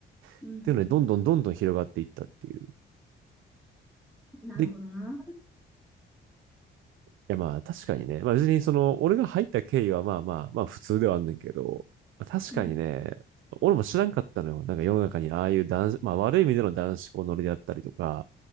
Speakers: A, in the centre; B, on the right.
A: うん
B: っていうので、どんどんどんどん広がっていったっていう。
A: うん、なるほどな。
B: で、うんいやまあ確かにね。まあ別にその、俺が入った経緯はまあまあ、まあ普通ではあんねんけど、まあ確かにね、
A: うん
B: 俺も知らんかったのよ。なんか世の中にああいう男子、まあ悪い意味での男子校乗りであったりとか、